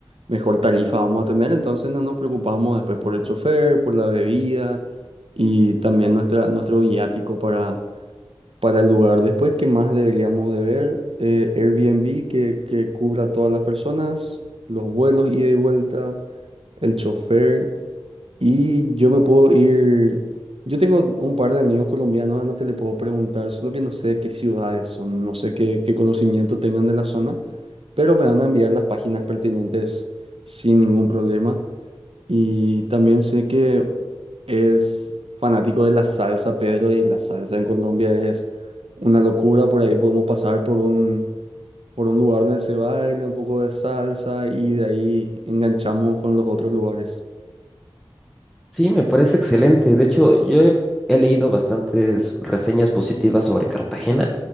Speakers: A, on the right (about 80°); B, in the centre.
A: mejor tarifa vamos a tener, entonces no nos preocupamos después por el chofer, por la bebida y también nuestra, nuestro viático para, para el lugar. Después, ¿qué más deberíamos de ver? Eh, Airbnb que, que cubra a todas las personas, los vuelos ida y vuelta, el chofer. Y yo me puedo ir, yo tengo un par de amigos colombianos a los que le puedo preguntar, solo que no sé de qué ciudades son, no sé qué, qué conocimiento tengan de la zona, pero me van a enviar las páginas pertinentes sin ningún problema. Y también sé que es fanático de la salsa, Pedro, y la salsa en Colombia es una locura, por ahí podemos pasar por un, por un lugar donde se baile un poco de salsa y de ahí enganchamos con los otros lugares.
B: Sí, me parece excelente. De hecho, yo he, he leído bastantes reseñas positivas sobre Cartagena.